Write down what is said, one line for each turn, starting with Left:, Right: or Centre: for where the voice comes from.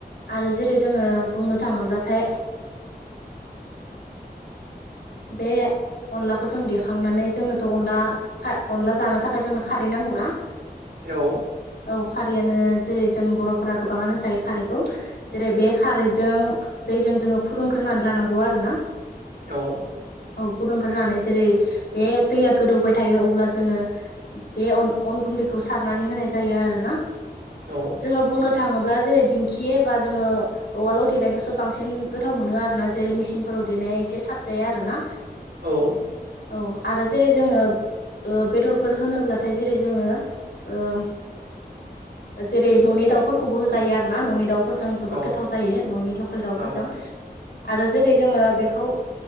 Left: आरो जेरै जोङो बुंनो थाङोब्लाथाय। बे अनलाखौ जों देखांनानै जोङोथ' अनला। अनला जानो थाखाय जोंनो खारै नांगौ ना।
Right: औ।
Left: औ खारैयानो जेरै जों बर'फोरा गोबाङानो जायो खारैखौ। जेरै बे खारैजों दैजों जोङो फुदुंग्रोनानै लानांगौ आरो ना।
Right: औ।
Left: औ फुदुंग्रोनानै जेरै बे दैया गोदौबाय थायो अब्ला जोङो। बे अन गुन्दैखौ सारनानै होनाय जायो आरो ना।
Right: औ।
Left: जोङो बुंनो थाङोब्ला जेरै दिंखि बा जोङो। उवालाव देनायखौसो बांसिन गोथाव मोनो आरो ना जेरै मेसिंफोराव देनाया एसे साबजाया आरो ना।
Right: औ।
Left: औ आरो जेरै जोङो। बेदरफोर होनोब्लाथाय जेरै जोङो। ओ जेरै न'नि दाउफोरखौबो होजायो आरो ना न'नि दाउ फोरजों
Right: औ
Left: जोबोद गोथाव जायो न'नि लकेल दाउफोरजों
Right: औ
Left: आरो जेरै जोङो बेखौ